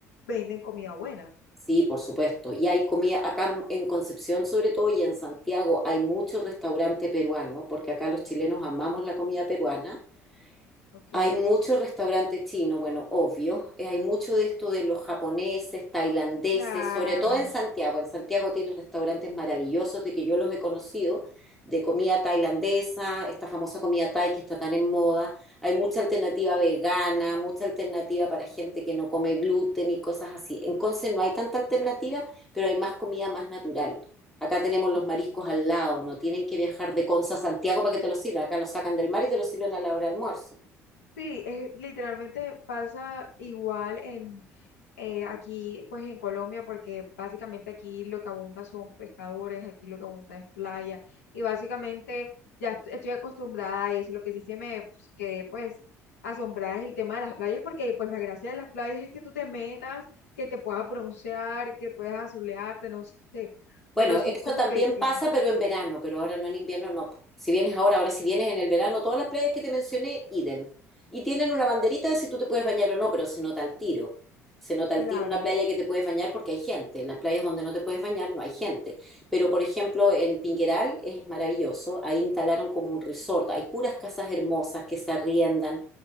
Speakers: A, on the left (about 75°); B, in the centre.
A: venden comida buena.
B: Sí, por supuesto. Y hay comida, acá en Concepción sobre todo y en Santiago hay muchos restaurantes peruanos, porque acá los chilenos amamos la comida peruana.
A: Ok,
B: Hay muchos restaurantes chinos, bueno, obvio. Eh, Hay mucho de esto de los japoneses, tailandeses,
A: claro,
B: sobre todo en Santiago. En Santiago tienes restaurantes maravillosos de que yo los he conocido, de comida tailandesa, esta famosa comida thai que está tan en moda. Hay mucha alternativa vegana, mucha alternativa para gente que no come gluten y cosas así. En Conce no hay tanta alternativa, pero hay más comida más natural. Acá tenemos los
A: ok.
B: mariscos al lado, no tienen que viajar de Conce a Santiago para que te los sirvan. Acá los sacan del mar y te los sirven a la hora de almuerzo.
A: Sí, es, literalmente pasa igual en eh, aquí, pues en Colombia, porque básicamente aquí lo que abunda son pescadores, aquí lo que abunda es playa, y básicamente ya est- estoy acostumbrada a eso. Lo que sí se me pues, quedé pues asombrada es el tema de las playas, porque pues la gracia de las playas es que tú te metas, que te puedas broncear, que puedas azulearte, no sé,
B: Bueno,
A: pero sí
B: eso
A: como
B: también
A: que, que
B: pasa, pero en verano, pero ahora no en invierno, no. po. Si vienes ahora, ahora si vienes en el verano, todas las playas que te mencioné, idem. Y tienen una banderita de si tú te puedes bañar o no, pero se nota al tiro. Se nota al
A: claro,
B: tiro una playa que te puedes bañar porque hay gente. En las playas donde no te puedes bañar no hay gente. Pero, por ejemplo, en Pingueral es maravilloso. Ahí instalaron como un resort. Hay puras casas hermosas que se arriendan